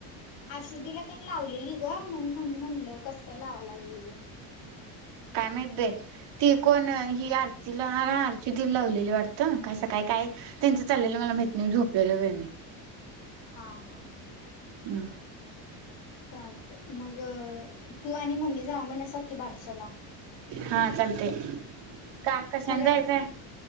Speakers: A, on the left; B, on the right.
A: आशुदीला त्यांन लावलेली ग, मग म्हटलं कसं काय लावाव लागले ही
B: काय माहीत बई. ती कोण ही, आरतीला, आरती दिला लावलेली वाटतं, कायसं काय काय त्यांचं चालेलं मला माहिती नाही, झोपलेलं व मी
A: हा हा
B: हं
A: चाल मग,, तू आणि मम्मी जावा म्हणसा की बारशाला
B: हा चालतय. का, कशाने
A: खरं
B: जायचंय